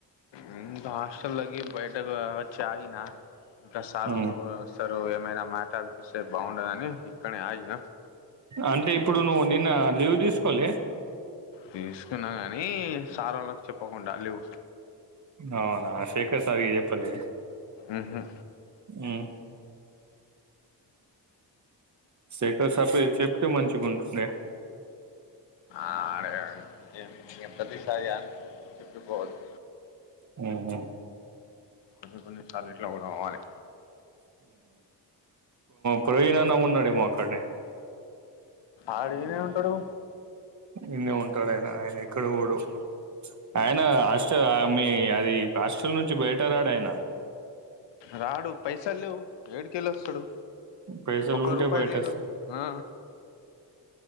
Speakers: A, on the left; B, on the right.
A: మ్మ్ వాష్ టల్లకి బయటకు అచ్చి ఆగిన ఇంకా సారోళ్ళు
B: ఉమ్
A: అస్ టరు ఏమైనా మాటాడిపిస్తే బావుండదని ఇక్కడనే ఆగిన
B: అంటే ఇప్పుడు నువ్వు నిన్న లీవ్ తీసుకోలే
A: తీసుకున్నాగా ని సారోళ్ళకి చెప్పకుండా లీవ్
B: అవునా శేఖర్ సారకి ఏపల్లే
A: ఉహు
B: ఊ సైకో సార్ కి చెప్తే మంచిగుంటుండే
A: ఆడగా నను ప్రతిసారి చెప్పుటుకోవదు
B: హు
A: కొన్ని కొన్ని సార్ ఇట్లా కూడా పోవాలి
B: ప్రవీణన అన్న కూడా ఉన్నాడెమో అక్కడనే
A: ఆడు ఏ ఉంటాడు
B: ఎన్న ఉంటాడు ఆయన ఆయన ఎక్కడ కూడా ఆయన హాస్టల్ ఆ మీ అది హాస్టల్ నుంచి బయట రాడు ఆయన
A: రాడు పైస లేవు ఏడు కెలి వస్తాడు
B: పైస
A: ఒక్క
B: లో ఉంటా
A: రూపాయి
B: బయటస్
A: లేదు ఆ